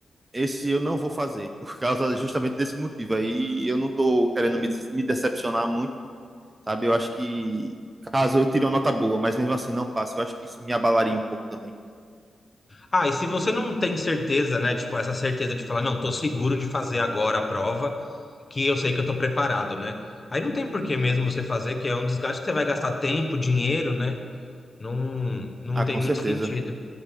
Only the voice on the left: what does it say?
Ah, e se você não tem certeza, né? Tipo, essa certeza de falar, não, tô seguro de fazer agora a prova, que eu sei que eu tô preparado, né? Aí não tem por que mesmo você fazer, que é um desgaste que você vai gastar tempo, dinheiro, né? Não, não
tem
muito
sentido.